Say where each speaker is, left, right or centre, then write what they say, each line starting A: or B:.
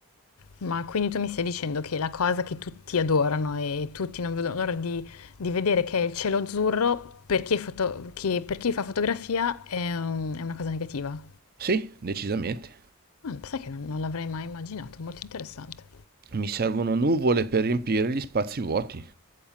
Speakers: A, on the left; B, on the right.
A: Ma quindi tu mi stai dicendo che la cosa che tutti adorano e tutti non vedono l'ora di, di vedere che è il cielo azzurro, per chi, è foto- che per chi fa fotografia è, un- è una cosa negativa?
B: Sì, decisamente.
A: Ah, sai che non, non l'avrei mai immaginato, molto interessante.
B: Mi servono nuvole per riempire gli spazi vuoti.